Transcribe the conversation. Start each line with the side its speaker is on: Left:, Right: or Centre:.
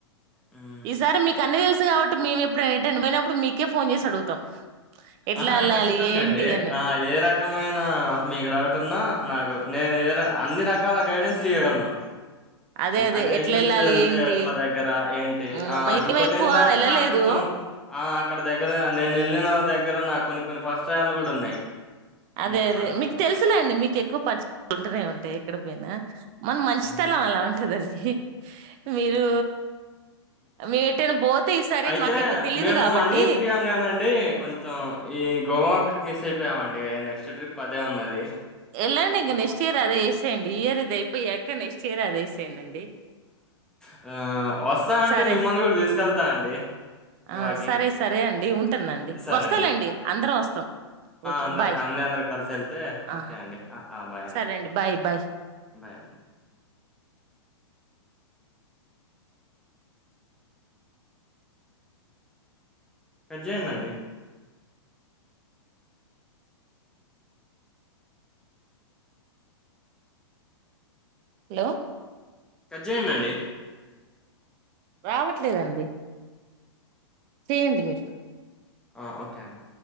Centre: హ్మ్.
Right: ఈసారి మీ కన్న వెల్సి కాబట్టి మేము ఎప్పుడుటండ్ పోయినప్పుడు మీకే ఫోన్ చేసి అడుగుతాం ఎట్లా
Centre: ఆ
Right: ఎళ్ళాలి?
Centre: ఖచ్చితంగా
Right: ఏంటి?
Centre: అండి
Right: అని.
Centre: ఆ ఏ రకమైైన మీకు డౌట్ ఉన్నా నాకు నేను ఏ అన్ని రక ఇల గైడెన్స్ ఇయగలను
Right: అదే. అదే.
Centre: అంటే
Right: ఎట్లెళ్ళాలి?
Centre: ఎటు నుంచి వెళ్తే
Right: ఏంటి?
Centre: అట్లా దగ్గర ఏంటి
Right: హ్మ్.
Centre: ఆ
Right: మేమే
Centre: ఇంకోొటి
Right: ఎక్కువ
Centre: ఏంతంటే
Right: వెళ్ళలేదు.
Centre: నాకు కొంచెం ఆ అక్కడ దగ్గర నేను వెళ్ళిన దగ్గర నాకు కొన్ని కొన్ని పస్తయాలు కూడా ఉన్నాయి హ్మ్.
Right: అదే అదే
Centre: అట్లా.
Right: మీకు తెలుసులే అండి మీకు ఎక్కువ పర్చుంటూనే ఉంటాయి ఎక్కడ పోయినా మన మంచితనం
Centre: అ
Right: అలా ఉంటదండి మీరు మేము ఎటైనా పోతే ఈసారి
Centre: అయితే
Right: మాకు ఎక్కువ తెలియదు
Centre: మేము
Right: కాబట్టి
Centre: అన్నీ తిరిగాంగానండి కొంచెం ఈ గోవా ఒకటి మిస్ అయిపోయామండి నెక్స్ట్ ట్రిప్ అదే ఉన్నది
Right: ఎలాండి ఇం
Centre: గోవా.
Right: నెక్స్ట్ ఇయర్ అదే చెండియరుద ఇ ఏక ఇ సే అదే వేసేయండి అండి
Centre: ఆ వస్తా అంటే
Right: సరే
Centre: మిమ్మల్ని కూడా తీసుకెళ్తా అండి గోవాకి
Right: ఆ సరే సరే అండి ఉంటుందండి
Centre: సరే
Right: వస్తాలేండి
Centre: అండి
Right: అందరం వస్తాం ఓకే
Centre: అందరుూ
Right: బాయ్
Centre: ఫ్యామిలీ అందరు కలిసి వెళ్తే
Right: ఆ
Centre: ఓకే అండి బాయ్ అండి
Right: సరే బాయ్ బాయ్
Centre: బాయ్ అండి పెద్దేయండిండి
Right: హలోలో
Centre: కట్జేయ అండి
Right: రావట్లేదండి చేయండి మీరు
Centre: ఆ ఓకే అండి